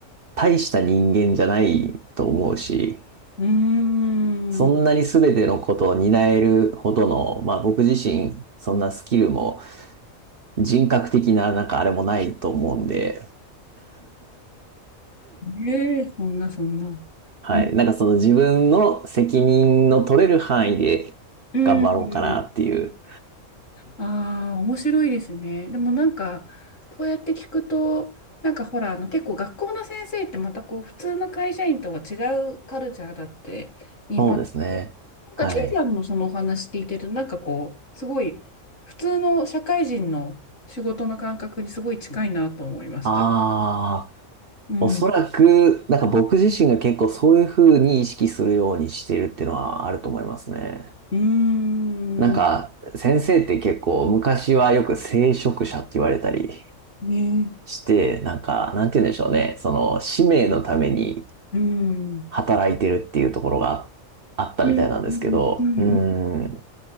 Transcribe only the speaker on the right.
大した人間じゃないと思うし、
そんなに全てのことを担えるほどの、まあ僕自身、そんなスキルも人格的ななんかあれもないと思うんで、
はい。
なんかその自分の責任の取れる範囲で頑張ろうかなっていう。
そうですね。
はい。
ああ、
おそらく、
なんか僕自身が結構そういうふうに意識するようにしてるっていうのはあると思いますね。
なんか先生って結構昔はよく聖職者って言われたり
して、なんか、なんて言うんでしょうね。その使命のために
働いてるっていうところがあったみたいなんですけど、
うーん。